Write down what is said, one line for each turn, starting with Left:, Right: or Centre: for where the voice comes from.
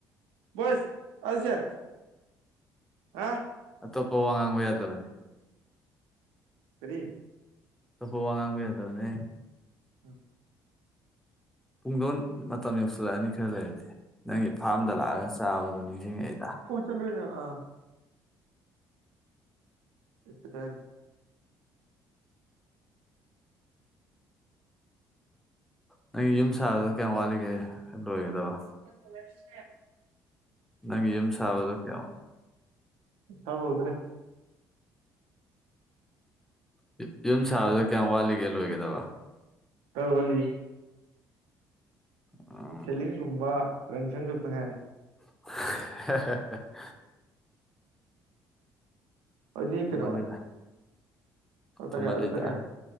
Right: ꯕꯣꯏꯁ ꯑꯗꯩꯁꯦ ꯑꯥꯍ
Centre: ꯑꯇꯣꯞꯄ ꯋꯥ ꯉꯥꯡꯕ ꯌꯥꯗꯕꯅꯦ
Right: ꯀꯔꯤ
Centre: ꯑꯇꯣꯞꯄ ꯋꯥ ꯉꯥꯡꯕ ꯌꯥꯗꯕꯅꯦ
Right: ꯍꯑ
Centre: ꯄꯨꯡꯗꯣꯟ ꯃꯇꯝ ꯌꯧꯁꯤꯜꯂꯛꯑꯅꯤ ꯈꯔ ꯂꯩꯔꯗꯤ ꯅꯪꯒꯤ ꯐꯥꯝꯗ ꯂꯥꯛꯑꯒ ꯆꯥꯕꯗꯣ ꯅꯤꯡꯁꯤꯡꯉꯛꯏꯗ
Right: ꯆꯜꯂꯤꯅꯦ ꯑ ꯏꯇꯔꯟ
Centre: ꯅꯪꯒꯤ ꯌꯨꯝ ꯁꯥꯕꯗꯣ ꯀꯌꯥꯝ ꯋꯥꯠꯂꯤꯒꯦ ꯂꯣꯏꯒꯗꯕ
Right: ꯀꯂꯔꯁꯦ
Centre: ꯅꯪꯒꯤ ꯌꯨꯝ ꯁꯥꯕꯗꯣ ꯀꯌꯥꯝ
Right: <unintelligible> <unintelligible> ꯗ꯭ꯔꯦ
Centre: ꯌꯨ ꯌꯨꯝ ꯁꯥꯕꯗꯣ ꯀꯌꯥꯝ ꯋꯥꯠꯂꯤꯒꯦ ꯂꯣꯏꯒꯗꯕ
Right: ꯈꯔ ꯋꯥꯠꯂꯤ
Centre: ꯑ
Right: ꯁꯦꯂꯤꯡꯒꯨꯝꯕ ꯔꯪ ꯁꯪ ꯗꯧꯇ ꯉꯥꯏꯔꯦ
Centre: <unintelligible>
Right: ꯑꯅꯤ ꯀꯩꯅꯣꯋꯥ
Centre: ꯊꯨꯝꯍꯜꯂꯤꯗ
Right: ꯑꯇꯈꯥꯏ
Centre: ꯊꯨꯝꯍꯜꯂꯤꯗ
Right: ꯑꯗꯨ ꯇꯛꯈꯥꯏꯌꯣ